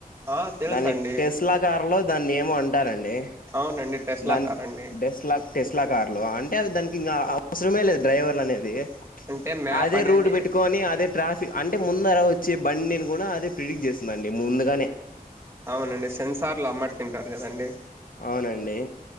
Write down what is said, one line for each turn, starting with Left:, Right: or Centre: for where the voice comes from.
Right: ఆ! తెలుసండి
Left: నాది టెస్లా కార్లో దాన్ని ఏమో అం టారండి
Right: అవునండి టెస్లా
Left: దాని
Right: కార్ అండి
Left: డెస్ లాక్ టెస్లా కార్లు అంటె అవి దానికి ఇంక అవసరమే లేదు డ్రైవర్లు అనేది
Right: అంటే మ్యాప్
Left: అదే
Right: అనేది
Left: రూట్ పెట్టుకోని అదె ట్రాఫిక్ అంటె ముందర వచ్చే బండిని కూడ అది ప్రిడిక్ట్ చేస్ దండి ముందుగానె
Right: అవునండి సెన్సార్లు అమర్చింటారు కదండి
Left: అవునండి